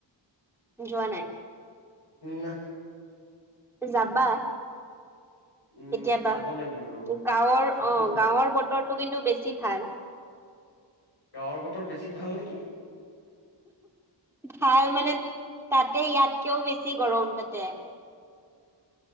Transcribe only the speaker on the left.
না
উম,
যাব লাগিব ৰ'বা।
যাম,
গাঁৱৰ বতৰ বেছি ভাল নেকি?